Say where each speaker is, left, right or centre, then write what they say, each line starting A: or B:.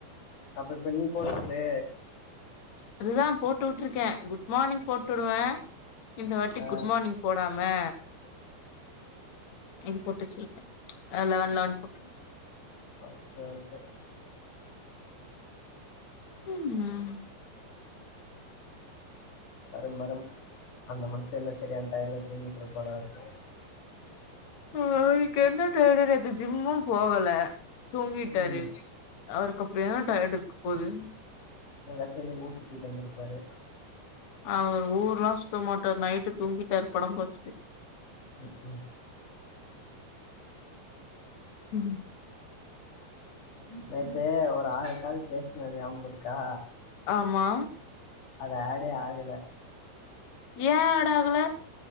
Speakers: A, on the left; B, on the left.
A: அப்ப இப்ப நீ போட்டு விடு
B: அதுதா போட்டு விட்டுருக்கே குட் மார்னிங் போட்டு விடுவே இந்த வாட்டி
A: ஆ
B: குட் மார்னிங் போடாம இது போட்டு வெச்சிருக்கே லெவன் லெவன் போட்டு
A: ஓகே ஓகே
B: <unintelligible>
A: வரும் வரும் அந்த மனுன்ச என்ன சரியான டயர்ல தூங்கிட்டு இருப்பாரா இருக்கு
B: அவனுக்கு என்ன டயாடு நேத்து ஜிம்மு போகல தூங்கிட்டாரு
A: ம்
B: அவருக்கு அப்டி என்ன டயர்ட் இருக்க போகுது
A: எங்கயாசு வெளிய ஊரு சுத்திட்டு வந்திருப்பாரு
B: அவர் ஊர் எல்லா சுத்த மாட்டாரு நைட்டு தூங்கிட்டாரு படம் பாத்துட்டு
A: ம்க்ம்
B: ம்
A: நேத்து ஒரு ஆறு கால் பேசின ஞாபகம் இருக்கா
B: ஆமா
A: அது ஏட்டே ஆகல
B: ஏ ஏட்டாகல